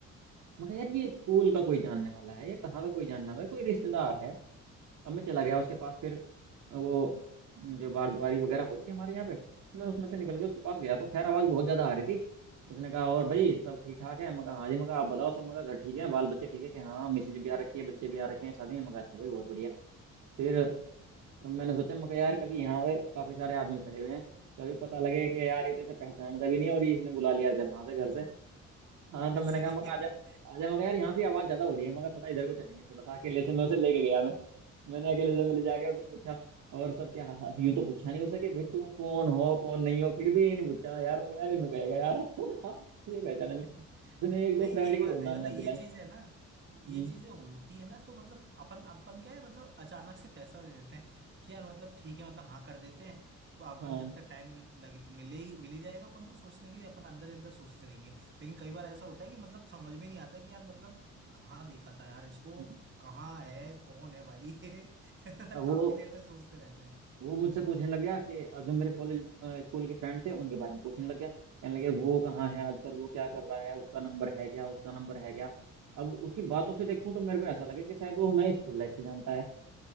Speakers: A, on the right; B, on the right.
A: मगर यार ये स्कूल का कोई जानने वाला है या कहाँ का कोई जानने वाला है कोई रिश्तेदार है अब मैं चला गया उसके पास फिर वो जो बारदुआरी वगैरह हो रही थी हमारे यहाँ पे मैं उसमें से निकल के उसके पास गया तो खैर आवाज बहुत ज्यादा आ रही थी उसने कहा और भाई सब ठीक ठाक है मगर हाँ जी मगर आप बताओ सब मगर घर ठीक है बाल बच्चे ठीक है कि हाँ मिसेज भी आ रखी है बच्चे भी आ रखे हैं शादी में मगर अच्छा भाई बहुत बढ़िया फिर तो मैंने सोचा मैं कहा, यार कभी यहाँ पे काफी सारे आदमी खड़े हुए हैं कभी पता लगे कि यार ये तो इसे पहचानता भी नहीं और ये इसने बुला लिया वहां से घर से हाँ
B: <laughs>
A: तो मैंने
B: सही
A: कहा मैं कहा,
B: है
A: आजा आजा मैं कहा, यार यहाँ से आवाज ज्यादा हो रही है मैं कहा, थोड़ा इधर को चलेंगे थोड़ा सा अकेले से मैं उसे लेके गया मैं मैंने अकेले से मिले जाके उससे पूछा और सब क्या अब यूं तो पूछा नहीं उसे कि भाई तुम कौन हो कौन नहीं हो फिर भी ये नहीं पूछा यार मैं कहा, यार इन्हों कहेगा यार <laughs> ये पहचाना नहीं
B: <laughs>
A: उसने एक दो
B: नहीं
A: फ्रेंड
B: एक
A: के
B: बात
A: और नाम
B: है मतलब
A: याद
B: ये
A: दिलाए
B: चीजें है ना ये
A: हम्म
B: चीजें होती है ना तो मतलब अपन अपन क्या है मतलब अचानक से फैसला ले लेते हैं कि यार मतलब ठीक है मतलब हाँ कर देते हैं तो अपन
A: हाँ
B: जब
A: हम्म।
B: तक टाइम लगे मिले ही मिल ही जाएगा अपन को सोचने के लिए अपन अंदर ही अंदर सोचते रहेंगे लेकिन कई बार ऐसा होता है कि मतलब समझ में नहीं आता कि यार मतलब कहाँ देखा था यार इसको
A: हम्म।
B: कहाँ है कौन है भाई <laughs>
A: अब वो
B: काफी देर तक सोचते रहते हैं
A: वो मुझसे पूछने लग गया कि जो मेरे कॉलेज अ, स्कूल के फ्रेंड थे उनके बारे में पूछने लग गया कहने लगे वो कहाँ है आजकल वो क्या कर रहा है उसका नंबर है क्या उसका नंबर है क्या अब उसकी बातों से देखूं तो मेरे को ऐसा लगे कि शायद वो हमें स्कूल लाइफ से जानता है